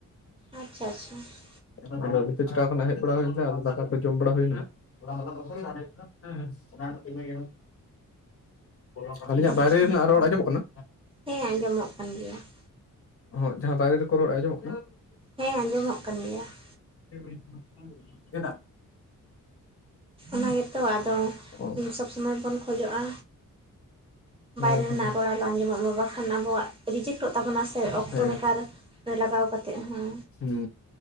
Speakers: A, on the right; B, on the left.
A: ᱟᱪ-ᱪᱷᱟ ᱟᱪ-ᱪᱷᱟ ᱾
B: ᱟᱫᱚ ᱱᱤᱭᱟᱹ ᱪᱷᱟᱲᱟᱣ ᱠᱷᱚᱱᱟᱜ ᱦᱮᱡ ᱵᱟᱲᱟ ᱦᱳᱭᱱᱟ ᱟᱫᱚ ᱫᱟᱠᱟ ᱠᱚ ᱡᱚᱢ ᱵᱟᱲᱟ ᱦᱳᱭᱱᱟ ᱾ ᱜᱟᱸᱲᱛᱤ ᱦᱳᱭᱳ ᱾ ᱪᱟᱜ, ᱟᱹᱞᱤᱧᱟᱜ
A: ᱟᱪᱪᱷᱟ
B: ᱵᱟᱭᱨᱮ ᱨᱮᱱᱟᱜ ᱨᱚᱲ ᱟᱸᱡᱚᱢᱚᱜ ᱠᱟᱱᱟ?
A: ᱦᱮᱸ ᱟᱸᱡᱚᱢᱚᱜ ᱠᱟᱱ ᱜᱮᱭᱟ ᱾
B: ᱦᱚᱭ ᱡᱟᱦᱟᱸ ᱫᱟᱨᱮᱹ ᱨᱮᱠᱚ ᱨᱚᱲ ᱟᱸᱡᱚᱢᱚᱜ ᱠᱟᱱᱟ? ᱦᱩᱸ ᱾
A: ᱦᱮᱸ ᱟᱸᱡᱚᱢᱚᱜ ᱠᱟᱱ ᱜᱮᱭᱟ ᱾
B: ᱪᱮᱜ ᱮᱢ ᱞᱟᱭᱮᱜ ᱛᱟᱸᱦᱮᱜ ᱠᱟᱱ, ᱪᱮᱫᱟᱜ? ᱸ
A: ᱚᱱᱟ ᱜᱮᱛᱚ ᱟᱫᱚ
B: ᱚ
A: ᱥᱚᱵᱽ ᱥᱚᱢᱚᱭ ᱵᱚᱱ ᱠᱷᱚᱡᱚᱜᱼᱟ
B: ᱦᱮᱸ
A: ᱵᱟᱭᱨᱮ
B: ᱦᱮᱸ
A: ᱨᱮᱱᱟᱜ ᱨᱚᱲ ᱟᱞᱚ ᱟᱸᱡᱚᱢᱚᱜ ᱢᱟ ᱵᱟᱠᱷᱟᱱ ᱟᱵᱚᱣᱟᱜ ᱨᱤᱡᱮᱠᱴᱚᱜ ᱛᱟᱵᱚᱱᱟ ᱥᱮ ᱾ ᱥᱮ ᱚᱠᱛᱚ
B: ᱦᱮᱸ
A: ᱵᱮᱠᱟᱨ ᱨᱮ ᱞᱟᱜᱟᱣ ᱠᱟᱛᱮᱜ ᱦᱚᱸ
B: ᱦᱩᱸ